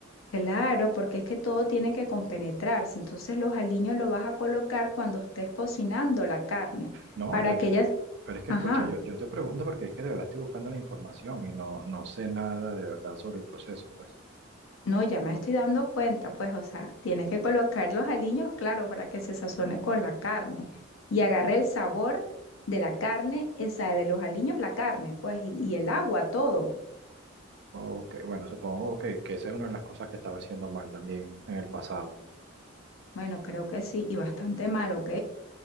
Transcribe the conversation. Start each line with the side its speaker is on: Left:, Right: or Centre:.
Left: Claro, porque es que todo tiene que compenetrarse. Entonces los aliños los vas a colocar cuando estés cocinando la carne
Right: No,
Left: para
Right: yo
Left: que
Right: te,
Left: ellas...
Right: pero es que
Left: Ajá,
Right: escucha, yo, yo te pregunto porque es que de verdad estoy buscando la información y no, no sé nada de verdad sobre el proceso, pues.
Left: no, ya me estoy dando cuenta, pues, o sea, tienes que colocar los aliños, claro, para que se sazone con la carne y agarre el sabor de la carne, o sea, de los aliños, la carne, pues, y y el agua, todo.
Right: Ok, bueno, supongo que, que esa es una de las cosas que estaba haciendo mal también en el pasado.
Left: Bueno, creo que sí, y bastante mal, ¿ok?